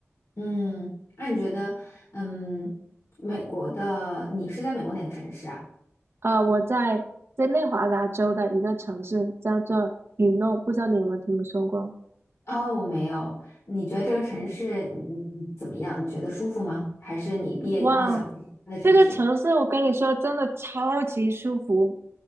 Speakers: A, on the left; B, on the right.
A: 嗯，那你觉得，嗯，美国的你是在美国哪个城市啊？
B: 呃，我在在内华达州的一个城市叫做雨诺，不知道你有没有听说过？
A: 哦，没有。你觉得这个城市你你怎么样？你觉得舒服吗？还是你毕业以后想去其他的城市？
B: 哇，这个城市我跟你说，真的超级舒服。